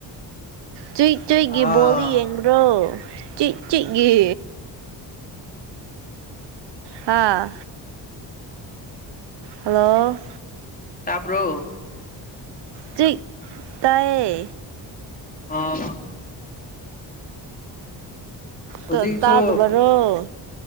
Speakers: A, on the right; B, on the left.
A: ꯆꯤ ꯆꯛꯒꯤ
B: ꯑꯥ
A: ꯕꯣꯜꯂꯤ ꯌꯦꯡꯕ꯭ꯔꯣ ꯆꯠ ꯆꯠꯒꯤ ꯍꯥꯥ ꯍꯜꯂꯣ
B: ꯇꯕ꯭ꯔꯣ
A: ꯆ ꯇꯑꯌꯦ
B: ꯑꯥ ꯍꯧꯖꯤꯛꯁꯨ
A: ꯇ ꯇꯥꯗꯕꯔꯣ